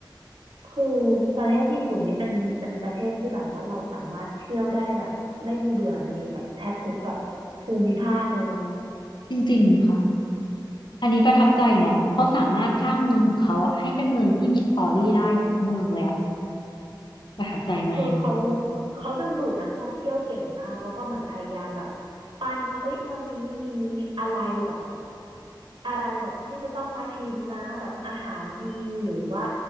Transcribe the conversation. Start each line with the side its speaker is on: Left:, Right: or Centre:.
Right: คือประเทศญี่ปุ่นนี้เป็นเป็นประเทศที่แบบว่าเราสามารถเที่ยวได้แบบไม่มีเบื่อในแบบแทบทุกแบบภูมิภาคเลยเนาะ
Left: จริงๆค่ะอันนี้ประทับใจเนาะเขาสามารถสร้างเมืองของเขาอะให้เป็นเมืองที่มีสตอรี่ได้ทุกเมืองเลยอะ
Right: อืม
Left: ประทับใจไหม
Right: คือเขาเขาดึงดูดนักท่องเที่ยวเก่งมากแล้วก็เหมือนพยายามแบบปั้นว่าเอ้ยเมืองนี้มีอะไรแบบอะไรแบบที่จะต้องมาชิมนะแบบอาหารดีหรือว่า